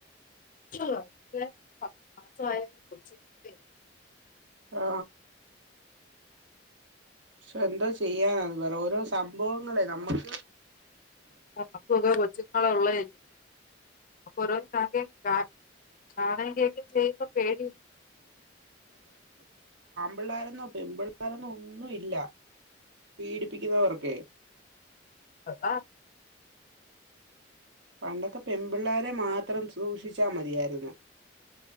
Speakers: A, on the left; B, on the right.
A: <unintelligible> പത്ത് മാസായ കുടിച്ചിട്ടില്ലേ
B: ആ ക്ഷെ എന്തോ ചെയ്യാനാന്ന് പറ ഓരോ സംഭവങ്ങളെ നമ്മക്ക്
A: പക്കൂ ഒക്കെ കൊച്ചുങ്ങളൊള്ളെ അ പ്പ ഓരോ <unintelligible> കാ കാണേം കേക്കേം ചെയ്യ്മ്പ പേടിയാ
B: പിള്ളേരെന്നോ പെമ്പുള്ളാരെന്നോ ഒന്നും ഇല്ല പീഡിപ്പിക്കുന്നവർക്കെ
A: അഥ
B: പണ്ടൊക്കെ പെമ്പിള്ളോരെ മാത്രം സൂക്ഷിച്ചാ മതിയായിരുന്നു